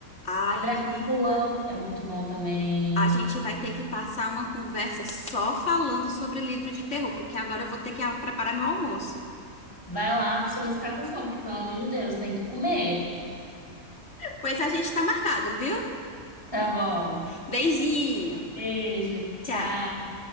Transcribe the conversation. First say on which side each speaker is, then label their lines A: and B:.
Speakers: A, on the left; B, on the left.
A: Ai,
B: Drácula
A: menina.
B: é muito bom também.
A: A gente vai ter que passar uma conversa só falando sobre livro de terror, porque agora eu vou ter que ah, preparar meu almoço.
B: Vai lá pra você não ficar com fome, porque pelo amor de Deus, tem que comer.
A: Pois a gente tá marcado, viu?
B: Tá bom.
A: Beijinho!
B: Beijo, tchau.
A: Tchau!